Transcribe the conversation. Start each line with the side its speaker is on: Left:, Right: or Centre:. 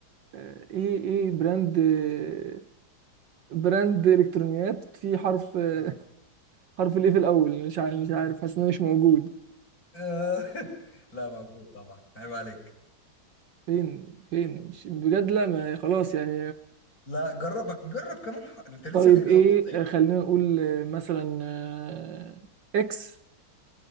Right: آه، إيه إيه براند آه، براند إلكترونيات في حرف آه،
Left: اه
Right: <laughs> حرف الإيه في الأول مش عارف مش عارف حاسس إنه مش موجود
Left: آه. <laughs> لا موجود طبعا عيب عليك
Right: فين فين مش بجد لا ما خلاص يعني
Left: لا جربك جرب كمان ح... انت لسه
Right: طيب
Left: ليك
Right: ايه
Left: غلطتين
Right: آه، خلينا نقول آه، مثلا آه، اكس